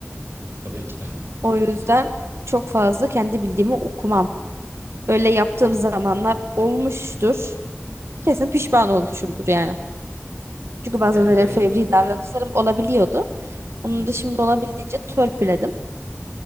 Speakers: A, on the right; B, on the right.
A: Tabii ki de.
B: O yüzden çok fazla kendi bildiğimi okumam. Öyle yaptığım zamanlar olmuştur. Kesin pişman olmuşumdur yani. Çünkü bazen
A: Yani
B: öyle
A: ben
B: fevri davranışlarım olabiliyordu. Onu
A: hmm,
B: da şimdi olabildiğince törpüledim.